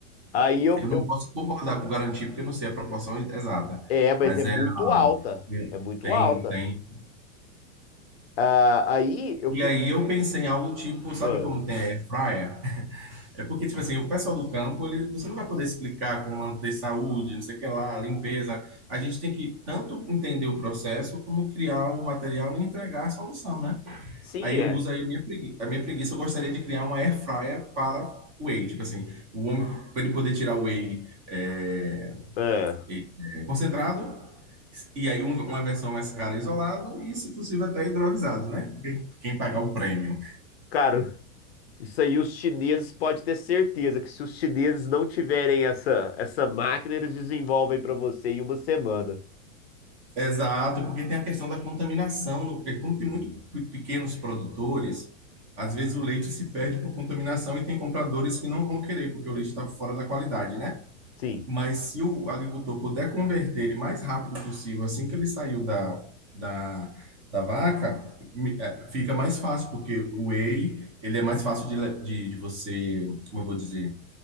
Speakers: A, on the left; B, on the right.
A: Aí eu,
B: Eu não
A: eu-
B: posso concordar com garantir, porque eu não sei a proporção exata,
A: é, mas
B: mas
A: é muito
B: é a-
A: alta, é muito
B: tem,
A: alta.
B: tem.
A: Ah, aí eu
B: E
A: fico,
B: aí eu pensei em algo tipo, sabe
A: ah,
B: como tem a air fryer? <laughs> É porque, tipo assim, o pessoal do campo, ele, você não vai poder explicar como manter saúde, não sei o que lá, limpeza. A gente tem que tanto entender o processo, como criar o material e entregar a solução, né?
A: sim,
B: Aí
A: é.
B: eu uso aí a minha preguiça. A minha preguiça, eu gostaria de criar uma air fryer para whey. Tipo assim, o homem, para ele poder tirar o whey é,
A: Ah,
B: E- é, concentrado, e aí um- uma versão mais cara isolado e, se possível, até hidrolisado, né? Porque quem pagar o prêmio.
A: cara, isso aí os chineses pode ter certeza que se os chineses não tiverem essa essa máquina, eles desenvolvem para você em uma semana.
B: Exato, porque tem a questão da contaminação, no- porque como tem muito pe- pequenos produtores, às vezes o leite se perde por contaminação e tem compradores que não vão querer, porque o leite está fora da qualidade, né?
A: Sim.
B: Mas se o agricultor puder converter ele mais rápido possível, assim que ele saiu da, da, da vaca, mi- eh, fica mais fácil, porque o whey, ele é mais fácil de, le- de, de você, como eu vou dizer,